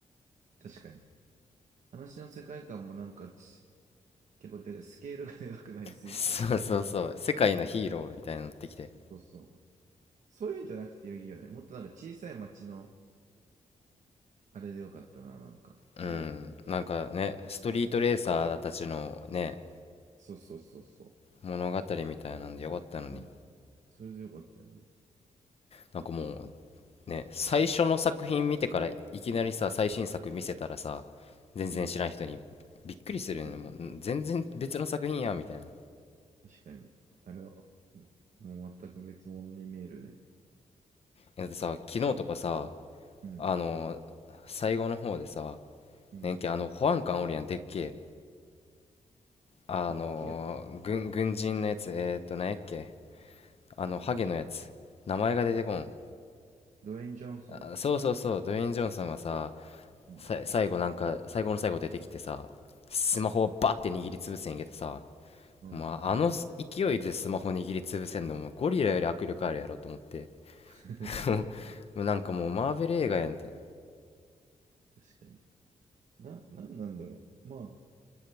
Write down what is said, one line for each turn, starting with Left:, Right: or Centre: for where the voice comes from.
Right: 確かに。話の世界観もなんかち、結構でかスケールがでかくなりすぎて。
Left: そう <laughs> そうそう。世界のヒーローみたいになってきて。
Right: そうそう。そういうんじゃなくていいよね。もっとなんか小さい町のあれでよかったな、なんか、
Left: うん。
Right: 俺は。
Left: なんかね、ストリートレーサーたちのね、
Right: そうそうそうそう。
Left: 物語みたいなんでよかったのに。
Right: うん、それでよかったよな。
Left: なんかもうね、最初の作品見てからいきなりさ、
Right: うん、うん、
Left: 最新作見せたらさ、全然知らん人にびっくりするよね。
Right: うん。うん
Left: もうん全然別の作品や、みたいな。
Right: 確かに。あれは、うんもう全く別物に見えるね。
Left: だってさ、昨日とかさ、
Right: うん。
Left: あの最後の方でさ、
Right: うん。
Left: ねんけ、あの、保安官おるやん、でっけえ。あの軍、
Right: てっきり、
Left: 軍人のやつ、えーっと、なんやっけ。あの、ハゲのやつ。名前が出てこん。
Right: ドウェイン・ジョンソン。
Left: あそうそうそう、ドウェイン・ジョンソンがさ、
Right: うん。
Left: さ、最後なんか、最後の最後出てきてさ、スマホをバッて握りつぶせんけどさ、
Right: うん。うん。
Left: まああの勢いでスマホ握りつぶせんのもゴリラより握力あるやろと思って。
Right: <laughs>
Left: <laughs> もうなんかもうマーベル映画やんって。
Right: 確かに。な、なんなんだろう。まあ、